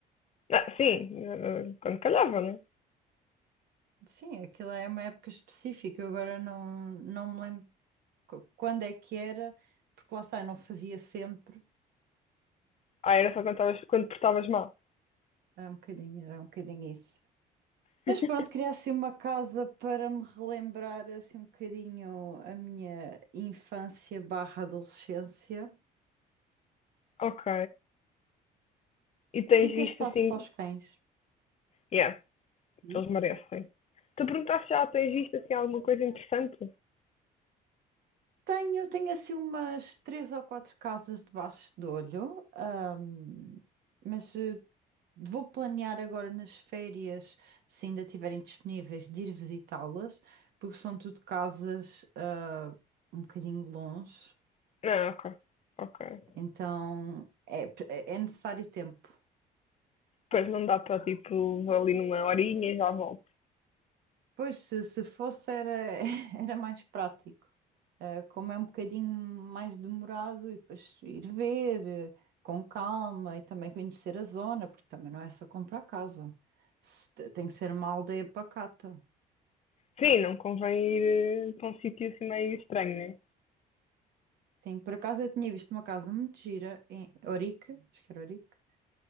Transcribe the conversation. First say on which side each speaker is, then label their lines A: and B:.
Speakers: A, on the left; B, on the right.
A: Ah, sim, eh, quando calhava, né?
B: Sim, aquilo é uma época específica. Eu agora não, não me lembro qu- quando é que era, porque lá está, eu não fazia sempre.
A: Ah, era só quando, estavas- quando portavas mal.
B: Era um bocadinho, era um bocadinho isso.
A: <laughs>
B: Mas pronto, queria assim uma casa para me relembrar assim um bocadinho a minha infância barra adolescência
A: Ok. E tens
B: e ter
A: visto
B: espaço
A: assim.
B: para os cães.
A: Yeah,
B: Diz?
A: eles merecem. Tu perguntaste já, tens visto assim alguma coisa interessante?
B: Tenho, tenho assim umas três ou quatro casas debaixo de olho, ahm, mas eh, vou planear agora nas férias, se ainda estiverem disponíveis, de ir visitá-las, porque são tudo casas, ah, um bocadinho longe,
A: Não, ok. Ok.
B: então é, é é necessário tempo.
A: Pois não dá para tipo, vou ali numa horinha e já volto.
B: Pois, se, se fosse, era, <laughs> era mais prático. Uh, como é um bocadinho mais demorado, e depois ir ver uh, com calma e também conhecer a zona, porque também não é só comprar casa. Se te- Tem que ser uma aldeia pacata.
A: Sim, não convém ir eh, para um sítio assim meio estranho, né?
B: Sim, por acaso eu tinha visto uma casa muito gira em Orique, acho que era Orique,